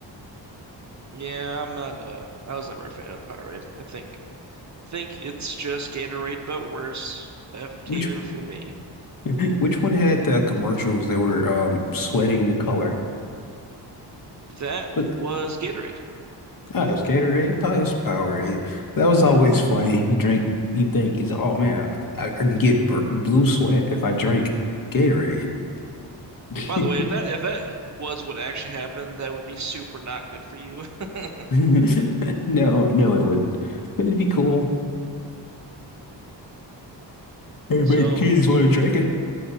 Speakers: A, on the right (about 40°); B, on the left (about 50°).
A: Yeah, I'm not. Uh, I was never a fan of the Powerade. I think think it's just Gatorade, but worse. F tier
B: Which
A: for me.
B: <laughs> which one had the commercials that were um sweating the color?
A: That
B: But
A: was Gatorade.
B: I thought it was Gatorade. I thought it was Powerade. That was always funny. You drink, you think, you say, oh man, I, I can get b blue sweat if I drink Gatorade. <laughs>
A: By the way, if that if that was what actually happened, that would be super not good for you. <laughs>
B: <laughs> No, no, it wouldn't. But it'd be cool. They
A: So,
B: make kids want to drink it.